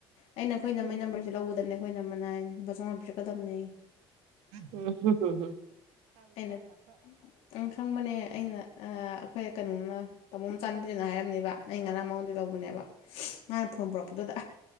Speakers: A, on the left; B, on the right.
A: ꯑꯩꯅ ꯑꯩꯈꯣꯏꯅ
B: ꯎꯝ
A: ꯃꯣꯏ ꯅꯝꯕꯔꯁꯦ ꯂꯧꯕꯗꯅꯦꯣ ꯑꯩꯈꯣꯏ ꯅ ꯃꯅꯥꯏ ꯂꯨꯄꯥ ꯆꯥꯝꯃꯉꯥ ꯄꯤꯔꯛꯀꯗꯕꯅꯤ
B: ꯎꯝ ꯍꯝ ꯍꯝ ꯍꯝ
A: ꯑꯩꯅ ꯎ ꯈꯪꯕꯅꯦ ꯑꯩꯅ ꯑꯩꯈꯣꯏ ꯀꯩꯅꯣꯅ ꯇꯥꯃꯣꯝ ꯆꯥꯟꯅ ꯄꯨꯁꯤꯅ ꯍꯥꯏꯔꯝꯅꯦꯕ ꯑꯩ ꯉꯔꯥꯡ ꯃꯉꯣꯟꯗ ꯂꯧꯕꯅꯦꯕ ꯃꯥꯅ ꯐꯣꯟ ꯄꯨꯔꯛꯄꯗꯨꯗ